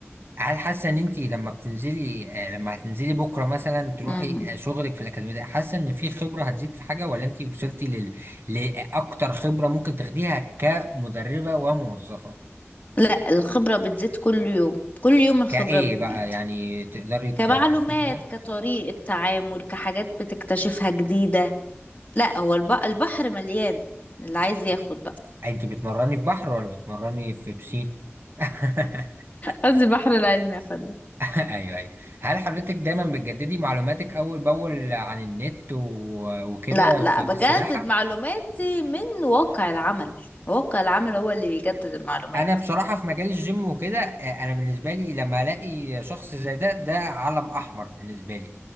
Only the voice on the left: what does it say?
مم.
لا الخبرة بتزيد كل يوم كل يوم الخبرة
بتزيد
كمعلومات
كطريقة تعامل كحاجات بتكتشفها جديدة لا هو الب- البحر مليان اللي عايز ياخد بقى
قصدي بحر العلم يا فندم
لا لا
بجدد
معلوماتي من واقع العمل واقع العمل هو اللي بيجدد المعلومات